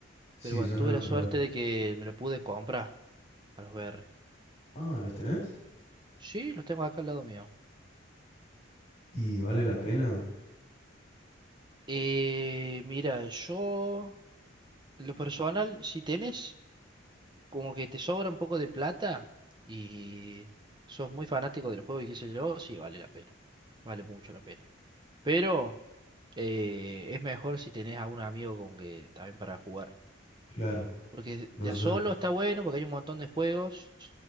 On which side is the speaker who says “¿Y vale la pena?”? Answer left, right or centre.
Left